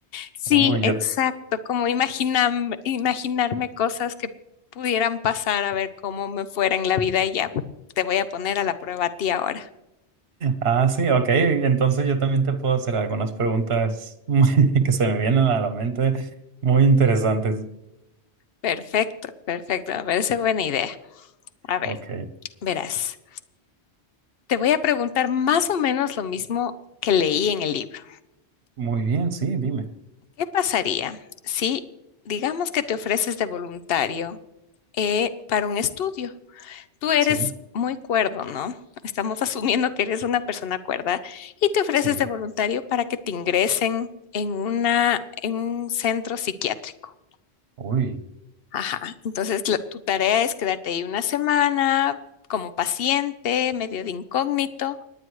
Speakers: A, on the left (about 60°); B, on the right (about 65°).
A: Sí,
B: Oh, yo.
A: exacto, como imaginam- imaginarme cosas que pudieran pasar a ver cómo me fuera en la vida y ya te voy a poner a la prueba a ti ahora.
B: Ah, sí, ok. Entonces yo también te puedo hacer algunas preguntas <laughs> que se me vienen a la mente muy interesantes.
A: Perfecto, perfecto, me parece buena idea. A ver,
B: Ok.
A: verás, te voy a preguntar más o menos lo mismo que leí en el libro.
B: Muy bien, sí, dime.
A: ¿Qué pasaría si, digamos que te ofreces de voluntario eh, para un estudio? Tú eres
B: Sí,
A: muy cuerdo, ¿no? Estamos <laughs> asumiendo que eres una persona cuerda y te ofreces
B: sí.
A: de voluntario para que te ingresen en una, en un centro psiquiátrico.
B: Uy.
A: Ajá. Entonces, la- tu tarea es quedarte ahí una semana como paciente, medio de incógnito,